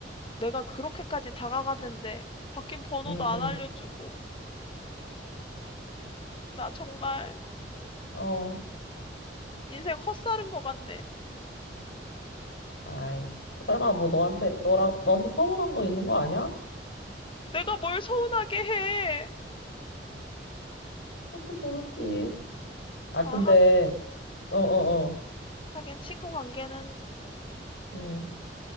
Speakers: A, on the left; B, on the left.
A: 내가 그렇게까지 다가가는데, 바뀐 번호도
B: 응,
A: 안
B: 응.
A: 알려주고, 나 정말
B: 어,
A: 인생 헛살은 것 같네.
B: 아이. 설마 뭐 너한테, 너랑, 너한테 서운한 거 있는 거 아니야?
A: 내가 뭘 서운하게 해.
B: 그것도 모르지. 아,
A: 아,
B: 근데,
A: 하,
B: 어어어.
A: 하긴 친구 관계는
B: 응.